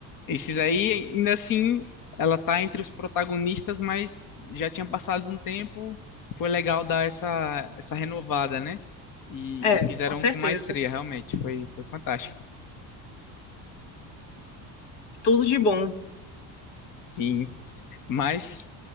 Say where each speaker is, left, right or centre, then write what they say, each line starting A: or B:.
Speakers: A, on the left; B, on the left.
A: esses aí, ainda assim, ela tá entre os protagonistas, mas já tinha passado um tempo, foi legal dar essa essa renovada, né? E,
B: É,
A: e fizeram
B: com certeza.
A: com maestria, realmente, foi foi fantástico.
B: Tudo de bom.
A: Sim, mas